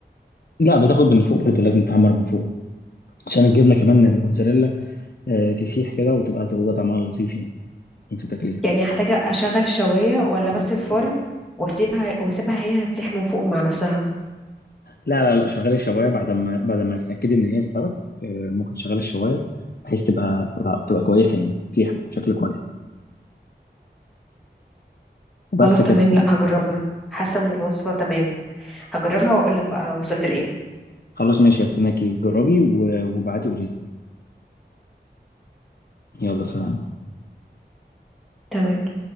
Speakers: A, on the left; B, in the centre.
A: لا بتاخد من فوق برضه لازم تحمر من فوق عشان الجبنه كمان الموتزاريلا آه، تسيح كده وتبقى تبقى طعمها لطيف يعني وانت تاكليها
B: يعني هحتاج اشغل الشوايه ولا بس الفرن واسيبها واسيبها هي هتسيح من فوق مع نفسها
A: لا لا لا شغلي الشوايه بعد ما بعد ما تتاكدي ان هي استوت آه، ممكن تشغلي الشوايه بحيث تبقى تبقى, تبقى كويسه يعني تسيح بشكل كويس وبس
B: خلاص
A: كده
B: تمام لا هجربها حاسه ان الوصفه تمام هجربها واقول لك بقى وصلت لايه
A: خلاص ماشي هستناكي جربي و- وابعتي قولي لي يلا سلام
B: تمام